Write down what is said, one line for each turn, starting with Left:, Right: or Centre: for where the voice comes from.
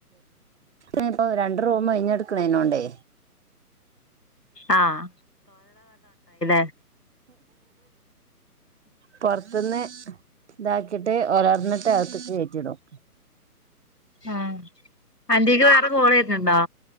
Right: പ്പോ രണ്ട് റൂമ് ഒഴിഞ്ഞെട് ക്ണൈനോണ്ടേ
Left: ആഹ് <unintelligible>
Right: പൊറത്ത്ന്ന് താക്കിട്ട് ഒരറിന്ന്ട്ട് അത്ത്ക് കേറ്റിടും.
Left: ആഹ് ആന്റയില് വേറെ കോള് വെര്ന്ണ്ടോ